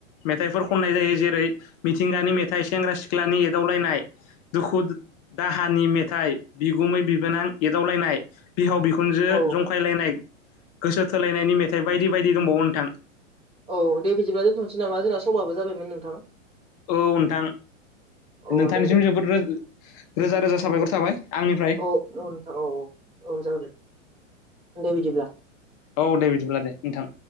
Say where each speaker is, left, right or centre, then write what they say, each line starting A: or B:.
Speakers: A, on the left (about 30°); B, on the right (about 15°).
A: मेथाइफोर खननाय जायो जेरै मिथिंगानि मेथाइ सेंग्रा सिख्लानि एदावलायनाय दुखु दाहानि मेथाइ बिगुमै बिबोनां एदावलायनाय बिहाव बिखुं खुनजो
B: औ
A: जंखायलायनाय गोसो थोलायनायनि मेथाइ बायदि बायदि दंबावो नोंथां
B: औ दे बिदिब्ला दोनथ'नोसै नामा जोंना समाबो जाबायमोन नोंथां
A: औ नोंथां
B: अ
A: नोंथांनिसिम
B: दे दे
A: जोबोदो रोज रोजा रोजा साबायखर थाबाय आंनिफ्राय
B: औ औ नोंथां औ औ जागोन दे बिदिब्ला
A: औ दे बिदिब्ला दे नोंथां